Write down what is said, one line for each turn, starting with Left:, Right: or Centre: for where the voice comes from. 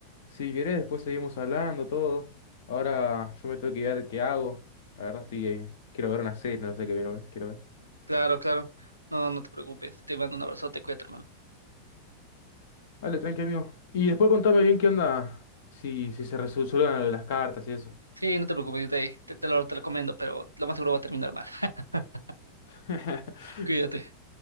Left: si querés después seguimos hablando todo. Ahora yo me tengo que ver qué hago. La verdad estoy eh, quiero ver una serie, no sé qué quiero ver, quiero ver.
Right: claro, claro, no, no te preocupes, te mando un abrazote, cuídate, hermano.
Left: Dale, tranqui, amigo. Y después contame bien qué onda, si, si se resuelven las cartas y eso.
Right: Sí, no te preocupes, yo te, te, te lo recomiendo, pero lo más seguro va a terminar mal. <laughs>
Left: <laughs>
Right: Cuídate.